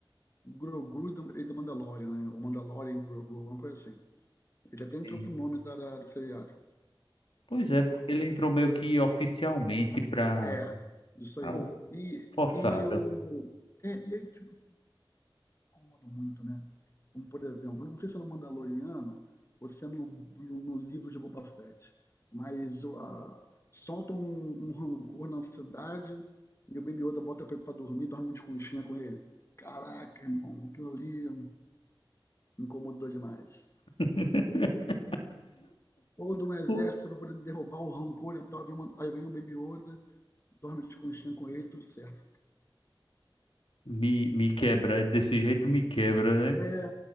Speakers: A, on the left; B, on the left.
A: Grogu e The Mandalorian, né? Ou Mandalorian Grogu, alguma coisa assim. Ele até entrou
B: Sim.
A: pro nome da, da do seriado.
B: Pois é, porque ele entrou meio que oficialmente pra.
A: É, isso
B: Ah,
A: aí.
B: o
A: E,
B: forçado.
A: e eu. É, e aí, tipo, incomodam muito, né? Como, por exemplo, não sei se é no Mandaloriano ou se é no, no livro de Boba Fett, mas uh, solta um, um rancor na cidade e o Baby Yoda bota pra ele pra dormir, dorme de conchinha com ele. Caraca, irmão, aquilo ali incomodou demais.
B: <laughs>
A: Todo um exército
B: Pô,
A: pra poder derrubar o rancor e tal, vem uma, aí vem o Baby Yoda, dorme de conchinha com ele, tudo certo.
B: Me, me quebra, desse jeito me quebra, né?
A: É